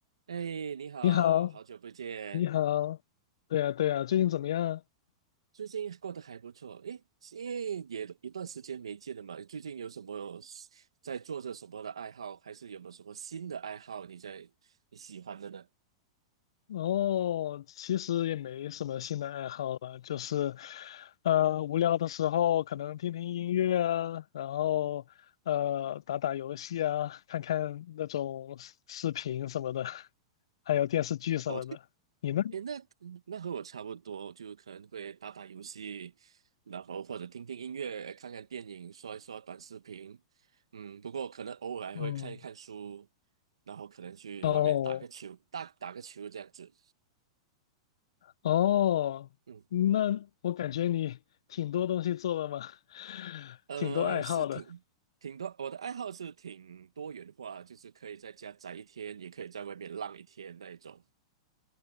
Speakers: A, on the right; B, on the left.
A: 哎，你好，
B: 你好，
A: 好久不见，
B: 你好，对呀，对呀，最近怎么样？
A: 最近过得还不错。哎，因为也一段时间没见了嘛，最近有什么在做着什么的爱好，还是有没有什么新的爱好你在你喜欢的呢？
B: 哦，其实也没什么新的爱好了，就是，呃，无聊的时候可能听听音乐啊，然后呃打打游戏啊，看看那种视视频什么的，还有电视剧什么的。
A: 哦，
B: 你呢？
A: 哎，那嗯那和我差不多，就可能会打打游戏，然后或者听听音乐，看看电影，刷一刷短视频。嗯，不过可能偶尔还会看一看书，
B: 嗯，
A: 然后可能去外面打个球，
B: 哦
A: 打打个球这样子。
B: 哦，
A: 嗯。
B: 那我感觉你挺多东西做的嘛，<laughs>
A: 呃，
B: 挺多爱好的。
A: 是挺挺多，我的爱好是挺多元化，就是可以在家宅一天，也可以在外面浪一天那一种。